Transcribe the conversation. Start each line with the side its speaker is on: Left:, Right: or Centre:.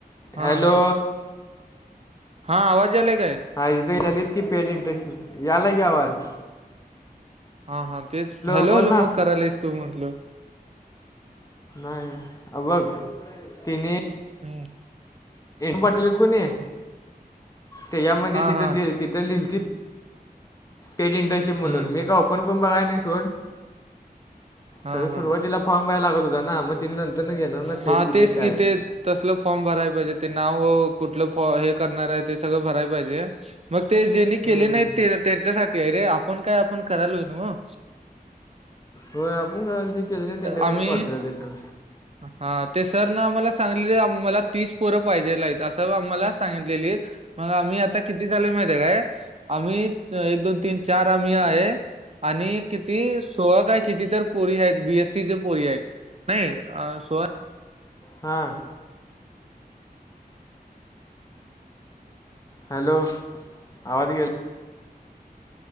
Right: हा
Left: हॅलो.
Right: हा हा आवाज अले का आहे?
Left: आज त आलीत की पेट इंटशि यालाय की आवाज.
Right: हा हा तेच हॅलो
Left: बोल
Right: हॅलो
Left: ना
Right: मग करायला आहेस तू म्हटलं.
Left: नाही अ बघ तिन..
Right: हम
Left: बटलत कोणी ते यामध्ये
Right: हा
Left: तिथं
Right: हा
Left: तिथं लिल. पेड इंटरशिप म्हणून
Right: हम्म
Left: मी का ओपन करून बघाय नाही सोड.
Right: हा
Left: खरं
Right: हा
Left: सुरुवातीला फॉर्म भरायला लागत होता ना मग तिने नंतर न घेणार ना पेड
Right: हा
Left: किती
Right: तेच
Left: आहे काय.
Right: कि ते तसलं फॉर्म भराय पाहिजे ते नाव व कुठलं फॉ हे करणार आहे ते सगळं भराय पाहिजे. मग ते जेनी
Left: हम्म.
Right: केले नाही ते त्याच्यासाठी अ रे आपण काय आपण करालो ना मग.
Left: हो आपण काल जे केलं ना त्यांच्यासाठी
Right: आम्ही
Left: पवो दि सल.
Right: हा ते सर न आम्हाला सांगलेले मला तीस पोरं पाहिजेला आहेतत असं आम्हाला सांगितलेली. मग आम्ही आता किती चालू माहिित आहे काय आम्ही एक दोन तीन चार आम्ही आहे. आणि किती सोळा काय किती तर पोरी आहेत बीएस सीचे पोरी आहेत. नाही अ सो.
Left: हा हॅलो आवाज गे.